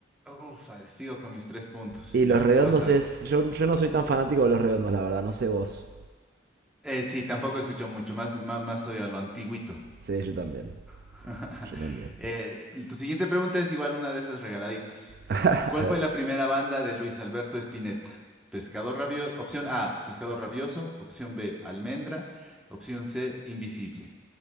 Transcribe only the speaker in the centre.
Ufale, sigo con mis tres puntos.
Ya,
tú vas a...
Eh, sí, tampoco escucho mucho, más, más, más soy a lo antiguito.
<laughs>
Eh, tu siguiente pregunta es igual una de esas regaladitas.
¿Cuál
fue la primera banda de Luis Alberto Spinetta? Pescador rabioso, opción A, Pescador rabioso, opción B, Almendra, opción C, Invisible.